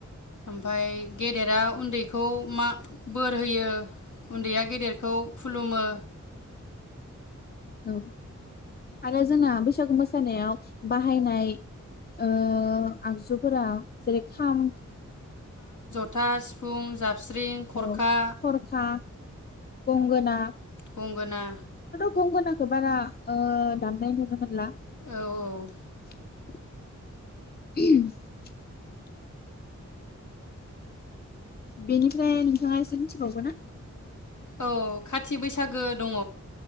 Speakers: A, on the left; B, on the left.
A: ओमफाय गेदेरा उन्दैखौ मा बोर होयो उन्दैया गेदेरखौ खुलुमो
B: औ आरो जोंना बै बैसागु मोसानायाव बाहायनाय ओ आगजु फोरा जेरै खाम
A: था सिफुं जाब स्रिं खरखा
B: ओ थरखा गंगोना
A: गंगोना
B: गंगनाखौ बारा दामनाय नुनो मोनला
A: औ औ
B: <unintelligible> बेनिफ्राय नोंथाङा एसे मिथिबावगोन ना?
A: औ खाथि बैसागो दङ